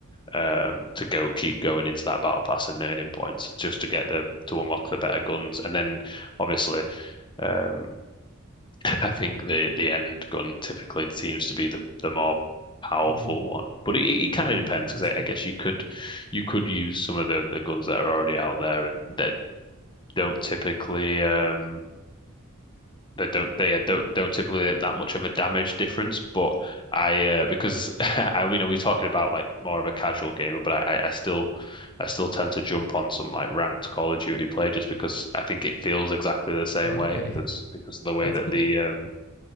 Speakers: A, on the left; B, on the left.
A: um to go keep going into that battle pass and earning points just to get the to unlock the better guns, and then obviously um <laughs> I think the the end gun typically seems to be the the more powerful
B: Mm.
A: one, but it, it kind
B: Um,
A: of depends
B: okay,
A: because
B: I see.
A: I, I guess you could you could use some of the the guns that are already out there and that don't typically um that don't they uh, don't don't typically have that much of a damage difference. But I uh, because <laughs> I mean we're talking about like more of a casual gamer, but I I still I still tend to jump on some like ranked Call of Duty play just because I think it feels exactly the same
B: Oh,
A: way.
B: okay.
A: That's
B: <laughs>
A: because of the way
B: That's
A: that
B: cool.
A: the um